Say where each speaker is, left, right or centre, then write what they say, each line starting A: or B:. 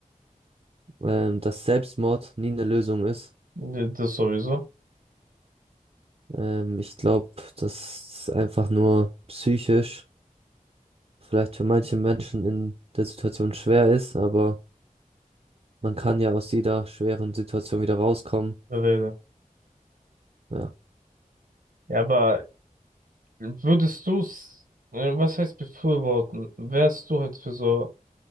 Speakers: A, on the right (about 45°); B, on the right (about 80°).
A: ähm, dass Selbstmord nie eine Lösung ist.
B: Nee, Das sowieso.
A: Ähm, ich glaube, dass es einfach nur psychisch vielleicht für manche Menschen in der Situation schwer ist, aber man kann ja aus jeder schweren Situation wieder rauskommen.
B: Rede.
A: Ja.
B: Ja, aber würdest du's, äh, was heißt befürworten? Wärst du halt für so